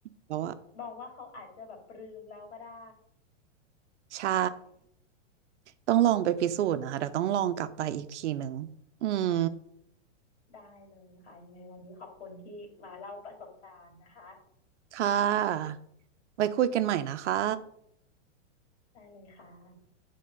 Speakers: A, on the right; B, on the left.
A: แล้วอะ
B: มองว่าเขาอาจจะแบบปรืมแล้วก็ได้
A: ใช่ต้องลองไปพิสูจน์นะคะเดี๋ยวต้องลองกลับไปอีกทีหนึ่งอืม
B: ได้เลยค่ะยังไงวันนี้ขอบคุณที่มาเล่าประสบการณ์นะคะ
A: ค่ะไว้คุยกันใหม่นะคะ
B: ได้เลยค่ะ